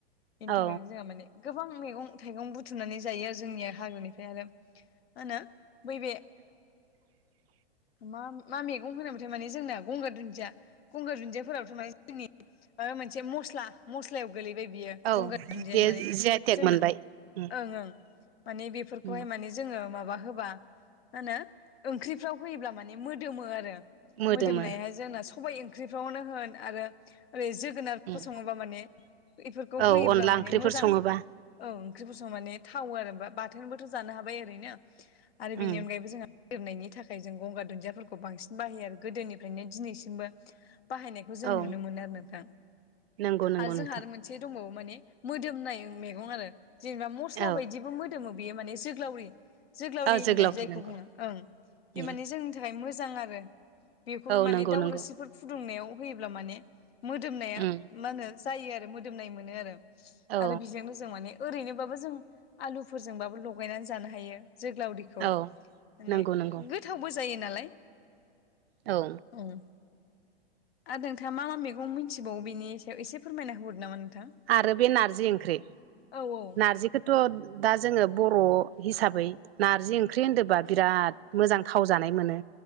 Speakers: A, on the left (about 70°); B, on the right (about 70°).
A: बेनि
B: औ
A: थाखायनो जोंहा माने गोबां मैगं थाइगं बुथुमनानै जायो आरो जोंनिया हाग्रानिफ्राय आरो। मा होनो बै बे
B: <inaudible>
A: मा मा मैगं होनोमोनथाय माने जोंना गंगार दुन्दिया गंगार दुन्दियाफोरावथ' माने जोंनि माबा मोनसे मस्ला मस्लायाव गोलै बेयो
B: औ
A: गंगार दुनदिया
B: बे
A: माने
B: जि आइ टेक
A: जों
B: मोनबाय उम
A: ओं ओं माने बेफोरखौहाय
B: उम
A: माने जोङो माबा होबा माहोनो ओंख्रिफ्राव होयोब्ला माने मोदोमो आरो।
B: मोदोमो
A: मोदोमनाया जोंना सबाइ ओंख्रिफ्रावनो होन आरो ओरै जोगोनारफोर
B: उम
A: सङोबा माने बेफोरखौ
B: औ
A: होयोब्ला
B: अनला
A: माने
B: ओंख्रिफोर
A: मोजां।
B: सङोबा
A: औ ओंख्रिबो संनानै थावो आरो बाथोनबोथ' जानो हाबाय ओरैनो आरो
B: उम
A: बेनि अनगायैबो जोंहा गोरोबनायनि थाखाय जों गंगार दुन्दियाफोरखौ बांसिन बाहायो आरो गोदोनिफ्रायनो दिनैसिमबो बाहायनाय खौ जों
B: औ
A: नुनो मोनो नोंथां।
B: नंगौ नंगौ
A: आरो जोंहा
B: नोंथां
A: आरो मोनसे दंबावो माने मोदोमनाय मेगं आरो जेनेबा मसला
B: औ
A: बायदिबो मोदोम बेयो माने जोग्लावरि जोग्लावरि
B: औ
A: होननाय जायखौ
B: नंगौ
A: बुङो ओं बे
B: उम
A: माने जोंनि नि थाखाय मोजां आरो बेफोर
B: औ
A: माने
B: नंगौ
A: दावरोसिफोर
B: नंगौ
A: फुदुंनायाव होयोब्ला माने मोदोमनाया
B: उम
A: मा होनो जायो आरो। मोदोमनाय मोनो आरो
B: औ
A: आरो बेजोंनो जों माने ओरैनो बाबो जों आलुफोरजोंबाबो लगायनानै जानो हायो जोंगलारि ओव माने
B: औ नंगौ नंगौ
A: गोथावबो जायो नालाय।
B: औ
A: उम आरो नोंथांङा मा मा मैगं मिथिबावो बेनि सायाव एसे फोरमायना हरदों? नामा नोंथां?
B: आरो बे नारजि ओंख्रि
A: औ औ
B: नारजिखौ थ' दा जोंङो बर' हिसाबै नार्जि ओंख्रि होनो बा बिराद मोजां गोथाव जानाय मोनो।